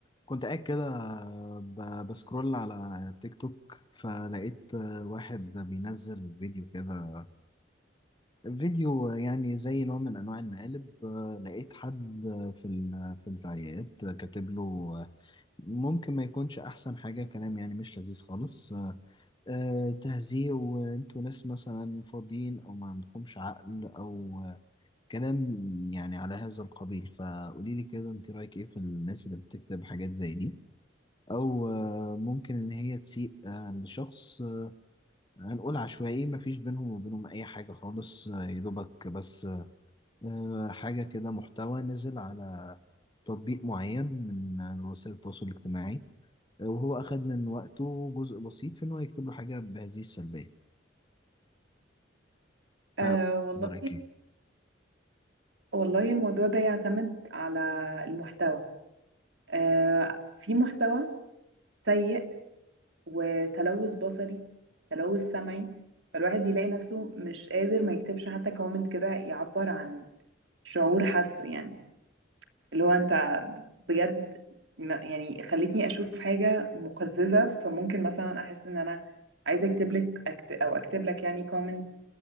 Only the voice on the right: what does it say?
أه
والله
والله الموضوع ده يعتمد على المحتوى أه في محتوى سيء وتلوث بصري تلوث سمعي فالواحد بيلاقي نفسه مش قادر ما يكتبش حتى كومنت كده يعبر عن شعور حاسه يعني اللي هو انت بجد ما- يعني خلتني اشوف حاجة مقززة فممكن مثلا احس ان انا عايزة اكتب لك أكت او اكتب لك يعني كومنت